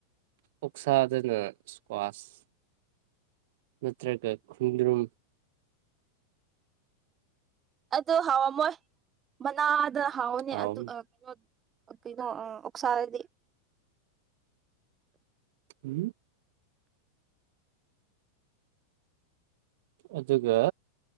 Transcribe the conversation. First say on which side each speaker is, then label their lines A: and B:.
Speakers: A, on the right; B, on the right.
A: ꯑꯣꯛꯁꯥꯗꯅ ꯏꯁꯀ꯭ꯋꯥꯁ ꯅꯠꯇ꯭ꯔꯒ ꯈꯨꯣꯡꯗ꯭ꯔꯨꯝ
B: ꯑꯗꯨ ꯍꯥꯎꯝꯃꯣꯏ ꯃꯅꯥꯗ ꯍꯥꯎꯅꯦ
A: ꯍꯥꯎꯕꯅꯤ
B: ꯑꯗꯨ ꯑ ꯀꯩꯅꯣ ꯑꯣꯁꯗꯤ
A: ꯎꯝ ꯑꯗꯨꯒ